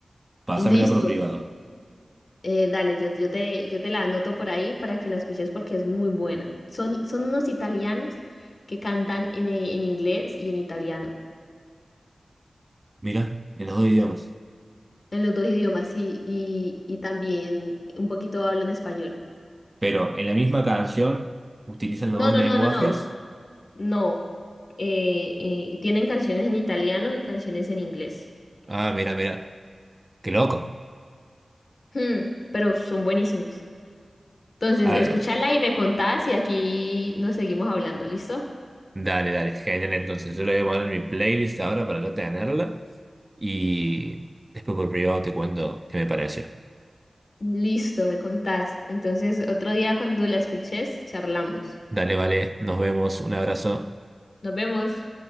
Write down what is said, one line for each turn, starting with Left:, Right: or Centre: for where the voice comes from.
Right: Pásamela
Left: Listo.
Right: por privado.
Left: Eh, dale, yo, yo te, yo te la anoto por ahí para que la escuches porque es muy buena. Son, son unos italianos que cantan en, eh, en inglés y en italiano,
Right: Mira, en los dos idiomas.
Left: en los dos idiomas y, y, y también un poquito hablan español.
Right: Pero en la misma canción utilizan
Left: No,
Right: los dos
Left: no,
Right: lenguajes.
Left: no, no, no, no. Eh, eh, tienen canciones en italiano y canciones en inglés,
Right: Ah, mira, mira. Qué loco.
Left: Hmm, pero son buenísimos. Entonces,
Right: Ah,
Left: escúchala y me contás y aquí nos seguimos hablando, ¿listo?
Right: dale, dale, genial. Entonces, yo lo voy a poner en mi playlist ahora para ya tenerla y después por privado te cuento qué me pareció.
Left: Listo, me contás. Entonces, otro día cuando la escuches, charlamos.
Right: Dale, vale, nos vemos, un abrazo.
Left: Nos vemos.